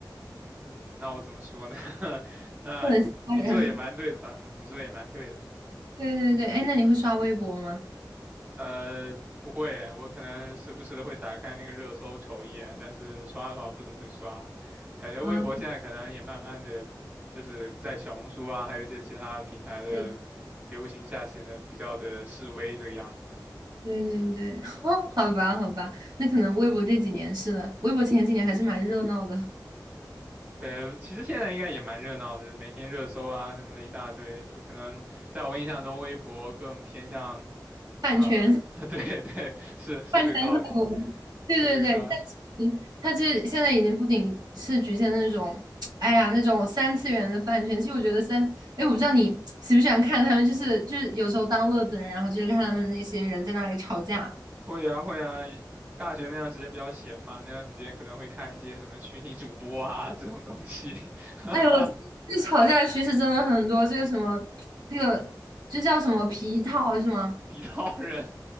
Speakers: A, on the right; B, on the right.
A: 嗯，那我怎么说呢？<laughs>
B: <laughs>
A: 那你你做得也蛮对的吧？
B: 就很吓人。
A: 嗯，你做得也蛮对的。
B: <laughs> 对对对，哎，那你会刷微博吗？
A: 呃，不会，我可能时不时的会打开那个热搜瞅一眼，但是刷的话不怎么会刷。感觉微博现在可能也慢慢的，
B: 啊，
A: 就是在小红书啊，还有一些其他平台的流行下，
B: 对
A: 显得比较的示威这个样子。
B: 对对对，<laughs> 哦，好吧，好吧，那可能微博这几年是的，微博前几年还是蛮热闹的，
A: 对，其实现在应该也蛮热闹的，每天热搜啊什么的一大堆，就可能在我印象中，微博更偏向
B: 饭圈
A: 啊，<laughs> 对对，是是这个道理，
B: 饭圈特多。对对对，
A: 是这个道理。
B: 但是它这现在已经不仅是局限那种，哎呀，那种三次元的饭圈。其实我觉得三，哎，我不知道你喜不喜欢看他们，就是就是有时候当乐子人，然后就是看他们那些人在那里吵架。
A: 会啊会啊，大学那段时间比较闲嘛，那段时间可能会看一些什么虚拟主播啊这种东西，<laughs> 哈哈，
B: 哎呦，<laughs> 这吵架趋势真的很多，这个什么，这个这叫什么皮套是吗？
A: 皮套人